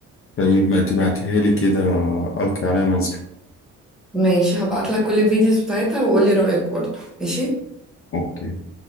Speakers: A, on the left; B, in the centre.
A: طيب ما تبعتيها لي كده القي عليها نظرة
B: ماشي هبعتلك كل الفيديوز بتاعتها وقولي رأيك برضه ماشي
A: اوكي